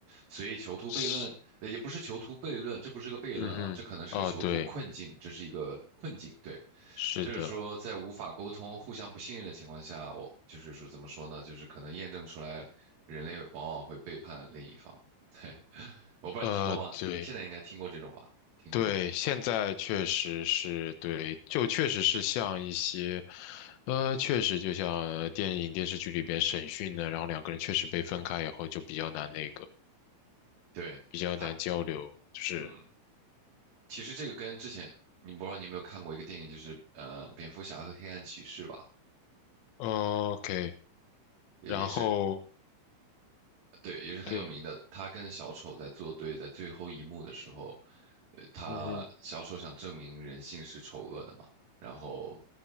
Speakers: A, on the right (about 55°); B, on the left (about 85°).
A: 所以囚徒悖论，
B: 是
A: 呃也不是囚徒悖论，这不是个悖论啊，
B: 嗯哼，
A: 这可能是个囚徒困境，
B: 哦，对，
A: 这是一个困境。对，
B: 是的，
A: 就是说在无法沟通、互相不信任的情况下，我就是说怎么说呢？就是可能验证出来，人类往往会背叛另一方。<laughs> 对，我不知道你听过吗？
B: 呃，对，
A: 现在应该听过这种吧？听过这个吧？
B: 对，现在确实是对，就确实是像一些，呃，确实就像呃电影电视剧里边审讯的，然后两个人确实被分开以后就比较难那个，
A: 对，
B: 比较难交流，
A: 还
B: 就是，
A: 嗯，其实这个跟之前你不知道你有没有看过一个电影，就是呃，蝙蝠侠和黑暗骑士吧，
B: o k
A: 也也是
B: 然后。
A: 对，也是很有名的。
B: 对。
A: 他跟小丑在作对，在最后一幕的时候，呃，他小丑想证明人性是丑恶的嘛，
B: 嗯哼，
A: 然后